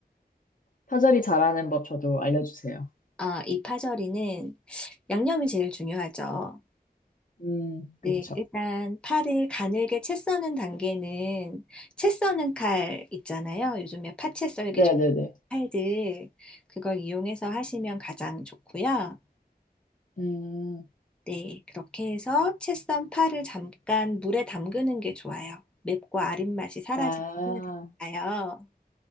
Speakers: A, on the left; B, in the centre.
A: 파절이 잘하는 법 저도 알려주세요.
B: 아, 이 파절이는 양념이 제일 중요하죠.
A: 음,
B: 네,
A: 그쵸.
B: 일단 팔을 가늘게 채 써는 단계는 채 써는 칼 있잖아요. 요즘에 파채 썰기
A: 네네네.
B: 좋은 칼들 그걸 이용해서 하시면 가장 좋고요.
A: 음,
B: 네, 그렇게 해서 채 썬 파를 잠깐 물에 담그는 게 좋아요. 맵고 아린 맛이 사라지게
A: 아,
B: 해야 되니까요.